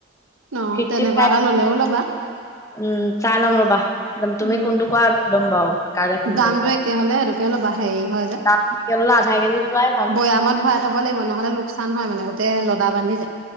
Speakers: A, on the right; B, on the left.
A: অ
B: ফিফটি
A: তেনেকুৱা
B: ফাইভ
A: এটা
B: নেকি
A: ল'লেও ল'বা।
B: উম, চাই ল'ম ৰ'বা, তুমি
A: উম
B: কোনটো কোৱা ল'ম বাৰু। কাইলৈ ফোন
A: দামটো
B: কৰি দিবা
A: একে হ'লে এনেককে অলপ হেৰি হয় যে,
B: দাম পেকেটলৈ আধা কেজি লোৱাই ভাল।
A: বৈয়ামত ভৰাই থ'ব লাগিব নহ'লে লোকচান হয় মানে গোটেই লদা বান্ধি যায়।